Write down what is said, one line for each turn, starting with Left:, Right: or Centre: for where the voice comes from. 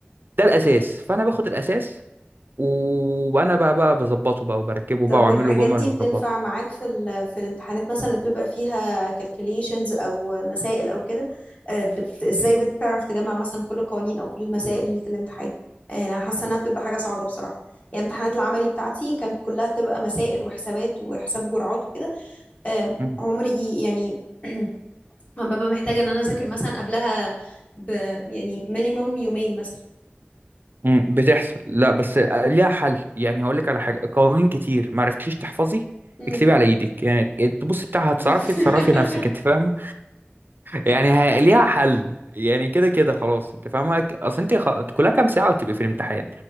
Right: ده الاساس فانا باخد الاساس وانا بقى بقى بظبطه بقى وبركبه
Left: طب
Right: بقى
Left: والحاجات
Right: واعمل له جمل
Left: دي بتنفع
Right: واظبطه
Left: معاك في ال... في الامتحانات مثلا اللي بتبقى فيها calculations او مسائل او كده آه، بت... ازاي بتعرف تجمع مثلا كل القوانين او كل المسائل اللي في الامتحان يعني انا حاسه انها بتبقى حاجه صعبه بصراحه يعني امتحانات العملي بتاعتي كانت كلها تبقى مسائل وحسابات وحساب جرعات وكده آم،
Right: مم.
Left: عمري يعني <clears throat> لما ببقى محتاجه ان انا اذاكر مثلا قبلها ب يعني مينيمم يومين مثلا
Right: مم. بتحصل لا بس ليها حل يعني هقول لك على حاجه قوانين كتير ما عرفتيش تحفظي
Left: مم.
Right: اكتبي على ايدك يعني تبص بتاعها هتصرفي
Left: <laughs>
Right: تصرفي نفسك انت فاهمه يعني ه- ليها حل يعني كده كده خلاص انت فاهمه اصل انت خ... كلها كام ساعه وتبقي في الامتحان